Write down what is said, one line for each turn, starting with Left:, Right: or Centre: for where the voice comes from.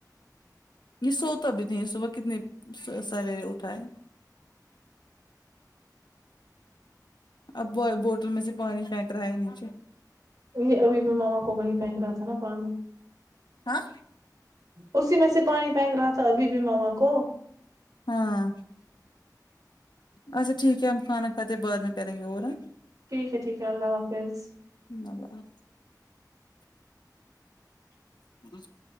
Left: یہ سوتا بھی نہیں ہے صبح کتنی س سویرے اٹھا ہے اب و بوٹل میں سے پانی پھینک رہا ہے نیچے
Right: یہ ابھی بھی ماما کو وہی پھینک رہا تھا نا پانی
Left: ہاں
Right: اسی میں سے پانی فینک رہا تھا ابھی بھی ماما کو
Left: ہاں اچھا ٹھیک ہے ہم کھانا کھاتے بعد میں کریں گے اور ا
Right: ٹھیک ہے ٹھیک ہے اللہ حافظ
Left: اللہ بڑا <unintelligible>